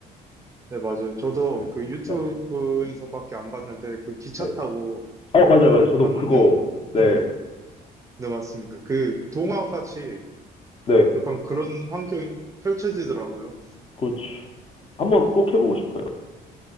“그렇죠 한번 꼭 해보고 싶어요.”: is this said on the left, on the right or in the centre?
Left